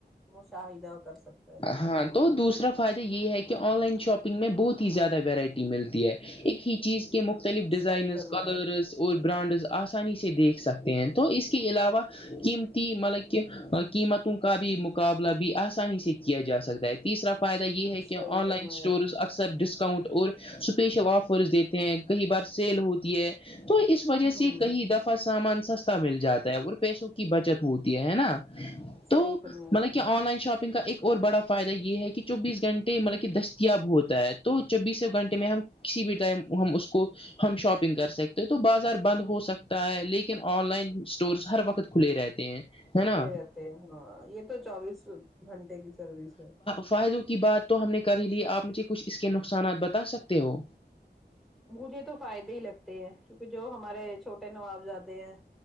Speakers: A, in the centre; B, on the left (about 30°).
A: مشاہدہ کر سک
B: ہاں تو دوسرا فائدہ یہ ہے کہ آن لائن شاپنگ میں بہت ہی زیادہ ورائٹی ملتی ہے ایک ہی چیز ک مختلف
A: صحیح
B: ڈزائنز
A: فرمایا
B: کرز
A: آپ نے
B: اور برانڈز آسانی سے دیکھ سکتے ہیں تو اس کے علاوہ قیمتی مطلب کہ قیمتوں کا بھی مقابلہ بھی آسانی سے کیا جا سکتا ہے تیسرا فائدہ یہ ہے کہ
A: صحیح
B: آن
A: فرمایا
B: لائن اسٹورز
A: آپ
B: اکثر ڈسکاؤنٹ اور سپیشل آفرز دیتے ہیں کئی بار سیل ہوتی ہے تو اس
A: نے
B: وجہ
A: ہمم
B: سے کہیں دف سامان سستا مل جاتا ہے اور پیسوں کی بچت ہوتی ہے ہے نا
A: صحیح
B: تو
A: فرمایا
B: مطلب
A: آپ
B: کہ
A: نے
B: آن لائن شاپنگ کا ایک اور بڑا فائدہ یہ ہے کہ چوبیس گھنٹے مطلب کہ دستیاب ہوتا ہے تو چوبیسوں گھنٹے میں ہم کسی بھی ٹائم ہم اس کو ہم شاپنگ کر سکتے تو بازار بند ہو سکتا ہے لیکن آن لائن اسٹورس ہر وقت کھلے رہتے تے ہیں
A: کھلے
B: ہے نا
A: رہتے ہیں ہاں یہ تو چوبیس گھنٹے کی سروس ہے
B: فائدوں کی بات تو ہم نے کر ہی لی آپ مجھے کچھ اس کے نقصانات بتا سکتے ہو
A: مجھے تو فائدے ہی لگتے ہیں کیونکہ جو ہمارے چھوٹے نوابزادے ہیں